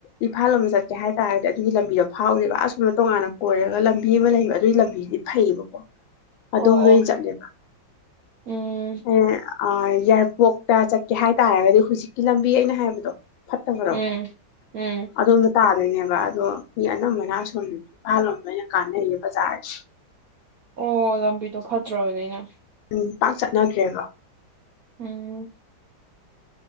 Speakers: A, on the left; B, on the right.
A: ꯏꯐꯥꯜ ꯂꯣꯝꯗ ꯆꯠꯀꯦ ꯍꯥꯏ ꯇꯥꯔꯗꯤ ꯑꯗꯨꯒꯤ ꯂꯝꯕꯤꯗꯣ ꯐꯥꯎꯔꯦꯕ ꯑꯁꯨꯝꯅ ꯇꯣꯉꯥꯟꯅ ꯀꯣꯏꯔꯒ ꯂꯝꯕꯤ ꯑꯃ ꯂꯩꯕ ꯑꯗꯨꯒꯤ ꯂꯝꯕꯤꯖꯤꯗꯤ ꯐꯩꯌꯦꯕꯀꯣ
B: ꯑꯣ
A: ꯑꯗꯣꯝ
B: ꯑꯣ
A: ꯂꯣꯏꯟ ꯆꯠꯂꯦꯕ
B: ꯎꯝ
A: ꯑꯦ ꯑꯥꯏ ꯌꯥꯔꯤꯄꯣꯔꯇ ꯆꯠꯀꯦ ꯍꯥꯏꯇꯥꯔꯒꯗꯤ ꯍꯨ ꯍꯨꯖꯤꯛꯀꯤ ꯂꯝꯕꯤ ꯑꯩꯅ ꯍꯥꯏꯕꯗꯣ ꯐꯠꯇꯕꯔꯣ
B: ꯎꯝ ꯎꯝ
A: ꯑꯗꯣꯝꯗ ꯇꯥꯗꯣꯏꯅꯦꯕ ꯕ ꯑꯗꯣ ꯃꯤ ꯑꯅꯝꯕꯅ ꯑꯁꯣꯝ ꯏꯝꯐꯥꯜ ꯂꯣꯝꯗ ꯑꯣꯏꯅ ꯀꯥꯟꯅꯩꯌꯦ ꯕꯖꯥꯔꯁꯤ
B: ꯑꯣ ꯂꯝꯕꯤꯗꯣ ꯐꯠꯇ꯭ꯔꯕꯅꯤꯅ
A: ꯎꯝ ꯄꯥꯛ ꯆꯠꯅꯗ꯭ꯔꯦꯕ
B: ꯎꯝ